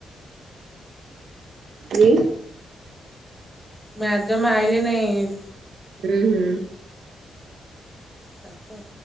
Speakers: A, on the right; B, in the centre.
A: ଉଁ
B: ମ୍ୟାଦାମ୍ ଆଇଲେ ନାଇଁ।
A: ହୁଁ ହୁଁ।
B: କାଟ।